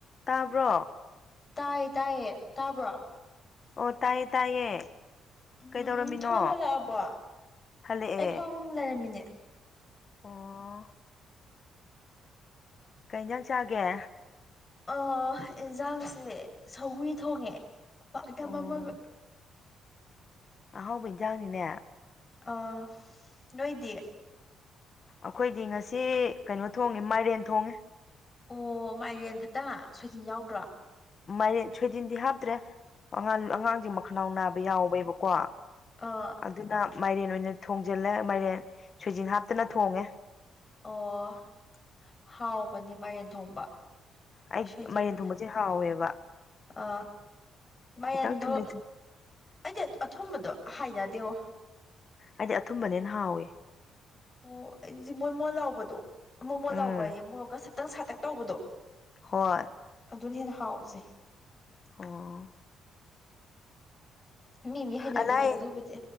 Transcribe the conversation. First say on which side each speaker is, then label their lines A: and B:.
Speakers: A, on the left (about 40°); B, on the left (about 25°).
A: ꯇꯥꯕ꯭ꯔꯣ
B: ꯇꯥꯏ ꯇꯥꯏꯌꯦ ꯇꯥꯕ꯭ꯔꯣ
A: ꯑꯣ ꯇꯥꯏ ꯌꯦ ꯇꯥꯏꯌꯦ
B: ꯎꯝ
A: ꯀꯩꯗꯧꯔꯝꯃꯤꯅꯣ
B: ꯎꯝ ꯊꯕꯛ ꯍꯜꯂꯛꯑꯕꯣ
A: ꯍꯜꯂꯛꯑꯦ
B: ꯑꯩ ꯐꯃꯨꯡ ꯂꯩꯔꯝꯃꯤꯅꯦ
A: ꯑꯣ ꯀꯩꯏꯟꯖꯥꯡ ꯆꯥꯒꯦ
B: ꯑ ꯏꯟꯖꯥꯡꯁꯦ ꯁꯧꯒꯔꯤ ꯊꯣꯡꯉꯦ ꯄꯥꯛꯅꯝ
A: ꯑꯣ
B: ꯑꯃꯒ
A: ꯑꯍꯥꯎꯕ ꯏꯟꯖꯥꯡꯅꯤꯅꯦ
B: ꯑ ꯅꯣꯏꯗꯤ
A: ꯑꯩꯈꯣꯏꯗꯤ ꯉꯁꯤ ꯀꯩꯅꯣ ꯊꯣꯡꯉꯦ ꯃꯥꯏꯔꯦꯟ ꯊꯣꯡꯉꯦ
B: ꯑꯣ ꯃꯥꯏꯔꯦꯟ ꯈꯛꯇ ꯁꯣꯏꯖꯤꯟ ꯌꯥꯎꯗ꯭ꯔꯣ
A: ꯃꯥꯏꯔꯦꯟ ꯁꯣꯏꯖꯤꯟꯗꯤ ꯍꯥꯞꯇ꯭ꯔꯦ ꯑꯉꯥꯡꯁꯤꯡ ꯃꯈꯅꯥꯎ ꯅꯥꯕ ꯌꯥꯎꯌꯦꯕꯀꯣ
B: ꯑꯥ
A: ꯑꯗꯨꯅ ꯃꯥꯏꯔꯦꯟ ꯑꯣꯏꯅ ꯊꯣꯡꯖꯤꯜꯂꯦ ꯃꯥꯏꯔꯦꯟ ꯁꯣꯏꯖꯤꯟ ꯍꯥꯞꯇꯅ ꯊꯣꯡꯉꯦ
B: ꯑꯣ ꯍꯥꯎꯕꯅꯦ ꯃꯥꯔꯦꯟ ꯊꯣꯡꯕ
A: ꯑꯩ
B: ꯁꯣꯢꯖꯤꯟ
A: ꯃꯥꯏꯔꯦꯟ ꯊꯣꯡꯕꯁꯦ ꯍꯥꯎꯋꯦꯕ
B: ꯑ ꯃꯌꯦꯟꯗꯣ
A: ꯈꯤꯇꯪ ꯊꯨꯝꯂꯤ ꯊꯨꯝ
B: ꯑꯩꯗꯤ ꯑꯊꯨꯝꯕꯗꯣ ꯍꯥꯏꯅꯗꯦꯕꯣ
A: ꯑꯩꯏꯗꯤ ꯑꯊꯨꯝꯕ ꯍꯦꯟꯅ ꯍꯥꯎꯋꯦ
B: ꯑꯣ ꯑꯩꯗꯤ ꯃꯣꯟ ꯃꯣꯟ ꯂꯥꯎꯕꯗꯣ ꯃꯣꯃꯣꯟ
A: ꯎꯝ
B: ꯂꯥꯎꯕꯌꯦ ꯑꯩ ꯃꯣꯔꯣꯛꯀ ꯁꯇꯛ ꯁꯥꯠꯇꯛ ꯇꯧꯕꯗꯣ
A: ꯍꯣꯏ
B: ꯑꯗꯨꯅ ꯍꯦꯟꯅ ꯍꯥꯎꯖꯩ
A: ꯑꯣ
B: ꯃꯤ ꯃꯤ ꯍꯩꯅꯕꯤꯅꯤꯗ
A: ꯑꯅꯥ ꯑꯌꯦꯛ
B: ꯑꯗꯨꯕꯨꯗꯤ